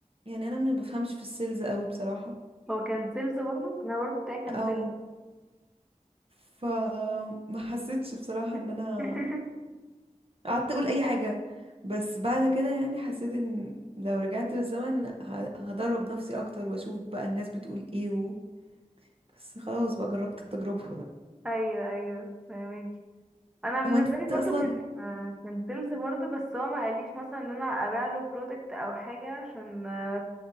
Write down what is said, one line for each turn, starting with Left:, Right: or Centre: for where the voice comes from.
Right: يعني انا ما بفهمش في السيلز قوي بصراحة
Centre: هو كان سيلز برضه انا برضه بتاعي كان
Right: او
Centre: سيلز
Right: فما حسيتش بصراحة
Centre: <laughs>
Right: ان انا قعدت اقول اي حاجة بس بعد كده يعني حسيت ان لو رجعت بالزمن ه- هدرب نفسي اكتر واشوف بقى الناس بتقول ايه و... بس خلاص بقى جربت التجربة
Centre: ايوه ايوه فاهمك انا بالنسبه
Right: هو انت
Centre: لي برضه
Right: اصلا
Centre: كان آه، كان سيلز برضه بس هو ما قاليش مثلا ان انا ابيع له برودكت او حاجه عشان آه،